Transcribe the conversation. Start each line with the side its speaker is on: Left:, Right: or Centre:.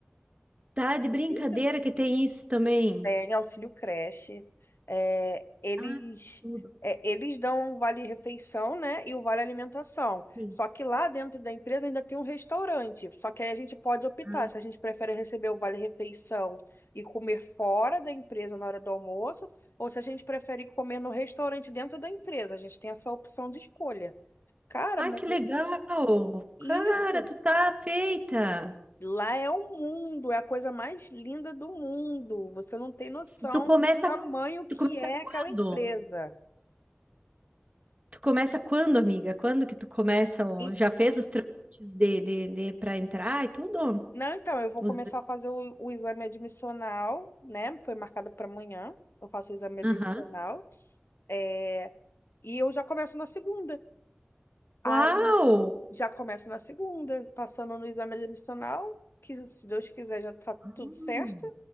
Right: tá
Left: Você acredita?
Right: de brincadeira que tem isso também.
Left: Tem auxílio creche. É, eles,
Right: Ah, tudo.
Left: é, eles dão um vale-refeição, né? E o vale-alimentação.
Right: Sim.
Left: Só que lá dentro da empresa ainda tem um restaurante. Só que aí a gente pode optar
Right: Ah.
Left: se a gente prefere receber o vale-refeição e comer fora da empresa na hora do almoço, ou se a gente prefere comer no restaurante dentro da empresa. A gente tem essa opção de escolha. Cara,
Right: Ai,
Left: mas
Right: que legal.
Left: eu- isso.
Right: Cara, tu tá feita.
Left: Lá é o mundo, é a coisa mais linda do mundo. Você não tem noção
Right: E tu começa,
Left: do tamanho que
Right: tu começa
Left: é aquela
Right: quando?
Left: empresa.
Right: Tu começa quando, amiga? Quando que tu começa? ó?
Left: E-
Right: Já fez os trâmites de, de, de para entrar e tudo?
Left: não, então, eu vou
Right: Os...
Left: começar a fazer o, o exame admissional, né? Foi marcado para amanhã. Eu faço o exame admissional.
Right: Aham.
Left: É, e eu já começo na segunda. Aí
Right: Uau!
Left: já começo na segunda, passando no exame admissional, que se Deus quiser já tá
Right: Hum.
Left: tudo certo.